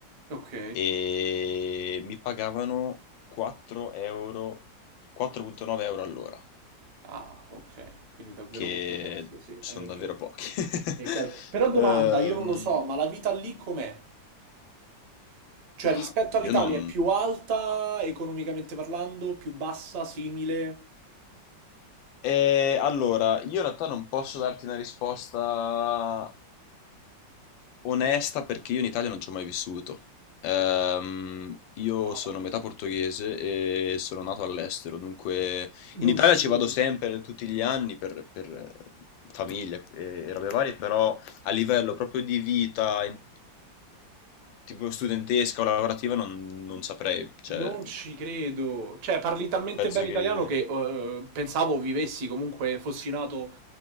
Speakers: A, on the right; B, on the left.
A: Ok.
B: e mi pagavano 4 euro, 4,9 euro all'ora,
A: Ah, ok. Quindi davvero
B: che
A: molto basso, sì,
B: sono
A: hai ragione.
B: davvero pochi. <laughs>
A: È chiaro. Però
B: Ehm,
A: domanda, io non lo so, ma la vita lì com'è? Cioè
B: ah,
A: rispetto all'Italia
B: io non...
A: è più alta economicamente parlando, più bassa, simile?
B: Eh, allora, io in realtà non posso darti una risposta Onesta perché io in Italia non ci ho mai vissuto. Ehm, io
A: Vada.
B: sono metà portoghese e sono nato all'estero, dunque
A: Non
B: in Italia
A: ci
B: ci
A: credi?
B: vado sempre tutti gli anni per, per, eh, famiglia e, e robe varie, però a livello proprio di vita, in- tipo studentesca o lavorativa, non, non saprei. Cioè,
A: Non ci credo. Cioè, parli talmente
B: penso
A: bene
B: che...
A: italiano che eh, pensavo vivessi comunque, fossi nato